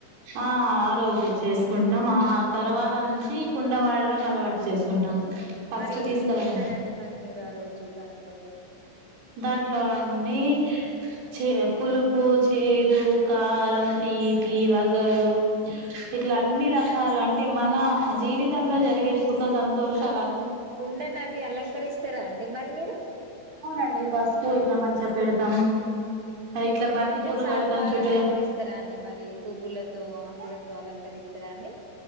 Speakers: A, on the right; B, on the right.
A: ఆ ఆ రోజు చేసుకుంటాం ఆ తర్వాత నుంచి కుండవాడడం
B: ఆ
A: అలవాటు చేసుకుంటాం ఫస్ట్
B: మరి ఏమేమి
A: తీసుకురామం
B: ఇస్తారండి మరి మీరు ఆ రోజు దాంట్లో
A: దాంట్లో అన్నీ చే పులుపు చేదు కారం తీపి
B: ఆ
A: వగరు ఇట్లా అన్ని రకాలు
B: ఆ
A: అంటే మన జీవితంలో జరిగే సుఖ సంతోషాలు
B: కుండ నాది అలంకరిస్తారా అండి మరి మీరు
A: అండి పసుపు ఇట్లా మంచిగా పెడతాం ఇట్లా బంతి
B: అంటే
A: పూలు
B: చాలా
A: కడతాం
B: బాగా
A: చుట్టూలా
B: అలంకరిస్తారా అండి మరి పువ్వులతో ఆకులతో అలంకరిస్తారా అండి